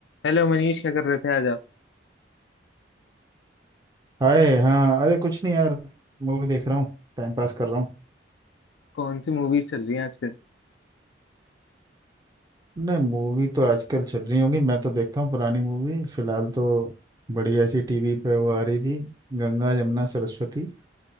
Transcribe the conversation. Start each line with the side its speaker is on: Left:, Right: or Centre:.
Left: Hello Manish क्या कर रहे थे आज आप
Right: हाय हाँ अरे कुछ नहीं यार मूवी देख रहा हूँ टाइम पास कर रहा हूँ
Left: कौन सी मूवीज चल रही हैं आजकल
Right: नहीं मूवी तो आजकल चल रही होंगी मैं तो देखता हूँ पुरानी मूवी फिलहाल तो बढ़िया सी टीवी पे वो आ रही थी गंगा जमुना सरस्वती